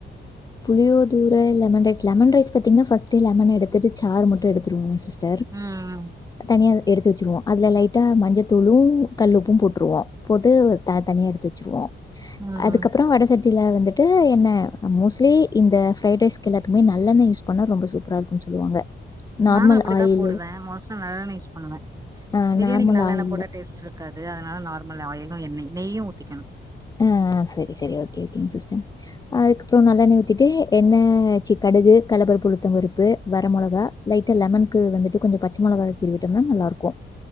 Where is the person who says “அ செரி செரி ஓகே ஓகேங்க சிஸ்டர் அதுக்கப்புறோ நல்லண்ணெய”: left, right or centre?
Left